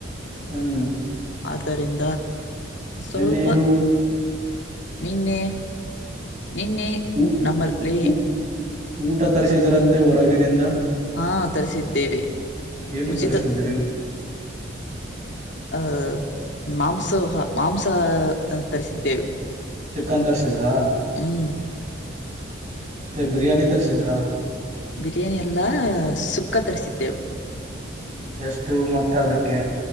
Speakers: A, on the right; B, on the left.
A: ಹ್ಮ್
B: ಆದ್ದರಿಂದ ಸ್ವಲ್ಪ
A: ನಿನ್ನೇನು
B: ನಿನ್ನೆ ನಿನ್ನೆ
A: ಊ
B: ನಮ್ಮಲ್ಲಿ
A: ಊ ಊಟ ತರಿಸಿದ್ರಂತೆ ಹೊರಗಿನಿಂದ
B: ಹಾ ತರಿಸಿದ್ದೇವೆ
A: ಏನು
B: ಉಚಿತ
A: ತರಿಸಿದ್ರಿ
B: ಆ ಮಾಂಸ ಮಾಂಸ ತರಿಸಿದ್ದೆವು
A: ಚಿಕನ್ ತರ್ರಿಸಿದ್ರಾ
B: ಹ್ಞೂ
A: ಮತ್ತೆ ಬಿರಿಯಾನಿ ತರ್ಸಿದ್ರಾ
B: ಬಿರಿಯಾನಿ ಎಲ್ಲ ಸುಕ್ಕ ತರಿಸಿದ್ದೆವು
A: ಹ್ಮ್ ಎಷ್ಟು ಮೊತ್ತ ಅದಕ್ಕೆ